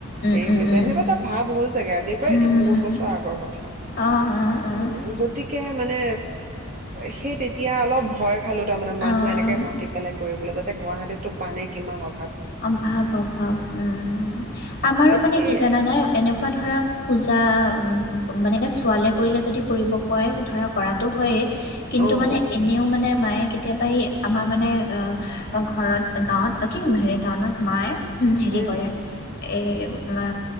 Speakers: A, on the left; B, on the right.
A: উম,
B: হেৰি
A: উম,
B: হৈ যায় সেনেকুৱা এটা ভাৱ হ'ল চাগে আজিৰ পৰা
A: উম,
B: এইটো বহুত বছৰ আগৰ কথা
A: আহ, আহ, আহ,
B: অ গতিকে। মানে এ সেই তেতিয়া অলপ ভয় খালো তাৰমানে মানুহে
A: আহ,
B: এনেকে মাতি পেলাই কৰিবলৈ গুৱাহাটীতটো পানীৰ কিমান অ
A: অভাৱ-অভাৱ উম। আমাৰো মানে
B: সেই
A: কি জানা নে, এনেকুৱা ধৰা পূজা মানেকে ছোৱালীয়ে কৰিলে যদি কৰিব কয় ধৰা কৰাটো হয়েই। কিন্তু
B: অ'
A: মানে এনেও মানে মায়ে কেতিয়াবা এই আমাৰ মানে অঁ ঘৰত গাঁৱত কি হেৰিত টাউনত মায়ে হেৰি
B: উম
A: কৰে, এই বা